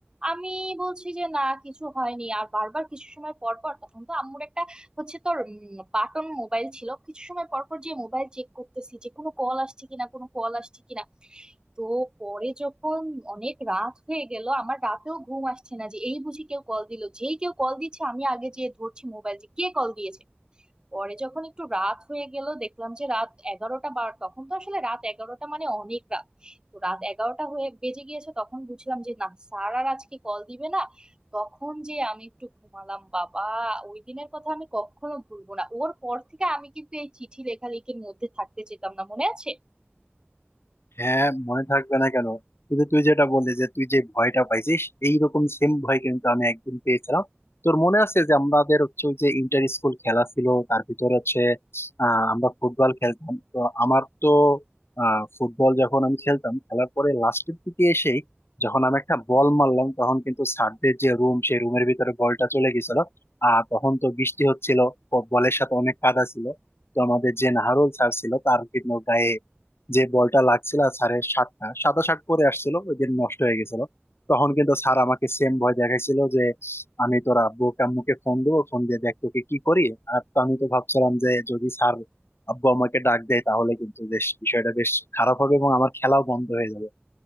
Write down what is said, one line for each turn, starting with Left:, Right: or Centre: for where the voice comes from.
Right: আমি বলছি যে না কিছু হয়নি আর বারবার কিছু সময় পর পর তখন তো আম্মুর একটা হচ্ছে তোর বাটন মোবাইল ছিল কিছু সময় পর পর যে মোবাইল চেক করতেছি যে কোনো কল আসছে কিনা কোনো কল আসছে কিনা তো পরে যখন অনেক রাত হয়ে গেল আমার রাতেও ঘুম আসছে না যে এই বুঝি কেউ কল দিল যেই কেউ কল দিচ্ছে আমি আগে যে ধরছি মোবাইল যে কে কল দিয়েছে পরে যখন একটু রাত হয়ে গেল দেখলাম যে রাত এগারোটা বার তখন তো আসলে রাত এগারোটা মানে অনেক রাত তো রাত এগারোটা হয়ে বেজে গিয়েছে তখন বুঝলাম যে না স্যার আর আজকে কল দিবে না তখন যে আমি একটু ঘুমালাম বাবা ওই দিনের কথা আমি কখনো ভুলবো না ওর পর থেকে আমি কিন্তু এই চিঠি লেখালেখির মধ্যে থাকতে যেতাম না মনে আছে
Left: হ্যাঁ মনে থাকবে না কেন কিন্তু তুই যেটা বললি যে তুই যে ভয়টা পাইছিস এইরকম সেম ভয় কিন্তু আমি একদিন পেয়েছিলাম তোর মনে আছে যে আমাদের হচ্ছে ওই যে ইন্টার স্কুল খেলা ছিল তার ভিতরে হচ্ছে আহ আমরা ফুটবল খেলতাম তো আমার তো আহ ফুটবল যখন আমি খেলতাম খেলার পরে লাস্টের দিকে এসেই যখন আমি একটা বল মারলাম তখন কিন্তু স্যারদের যে রুম সেই রুমের ভিতরে বলটা চলে গেছিল আর তখন তো বৃষ্টি হচ্ছিল বলের সাথে অনেক কাদা ছিল তো আমাদের যে নাহারুল স্যার ছিল তার কিন্তু গায়ে যে বলটা লাগছিল আর স্যারের শার্টটা সাদা শার্ট পরে আসছিল ওই দিন নষ্ট হয়ে গেছিল তখন কিন্তু স্যার আমাকে সেম ভয় দেখাইছিল যে আমি তোর আব্বু আম্মুকে ফোন দেবো ফোন দিয়ে দেখ তোকে কি করি আর তো আমি তো ভাবছিলাম যে যদি স্যার আব্বু আমাকে ডাক দেয় তাহলে কিন্তু বেশ বিষয়টা বেশ খারাপ হবে এবং আমার খেলাও বন্ধ হয়ে যাবে